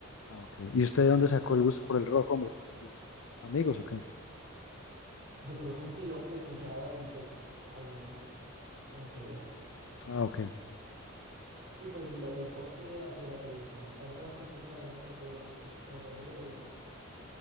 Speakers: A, on the left (about 70°); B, on the right (about 50°).
A: Ah, ok. ¿Y usted de dónde sacó el gusto por el rock, hombre? ¿Por sus amigos o qué?
B: Yo creo que un tío que escuchaba y pues allí me, se me pegó.
A: Ah, ok.
B: Y pues lo- el pop sí de la, de la televisión. Ahorita, por ejemplo, escucho también mucho Taylor Swift. No sé, ¿a ti qué te gusta?